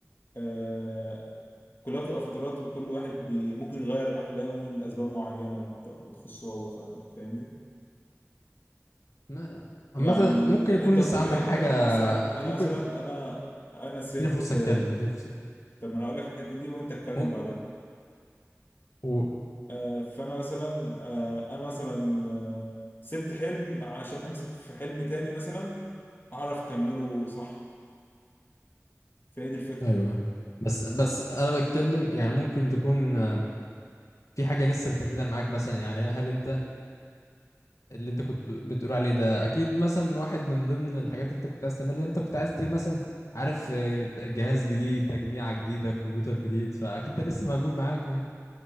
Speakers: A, on the left; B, on the left.
A: آه، كلها بتبقى فترات وكل واحد بي ممكن يغير أحلامه لأسباب معينة بت- بتخصه هو فاهم- فاهمني
B: ما... عامه
A: يعني
B: ممكن يكون
A: أنت الطبيعي
B: لسه عندك حاجه
A: أنا أنا مثلا أنا
B: ممكن
A: مثلا أنا أنا سبت
B: اديني فرصه اتكلم اديني فرصه اتكلم
A: طب ما أنا هقول لك الحتة دي وأنت اتكلم
B: ممكن
A: بعدها
B: قول
A: آه، فأنا مثلا آه، أنا مثلا آه، سبت حلم عشان أمسك في حلم تاني مثلا أعرف أكمله صح فهي دي الفكرة
B: ايوه بس بس انا بتكلم يعني ممكن تكون آم، في حاجه لسه مكمله معاك مثلا يعني هل انت اللي انت كنت بتقول عليه ده اكيد مثلا واحد من ضمن الحاجات اللي انت كنت عايز تعملها اللي انت كنت عايز تيجي مثلا عارف آه، جهاز جديد تجميعه جديده كمبيوتر جديد فاكيد ده لسه موجود معاك يعني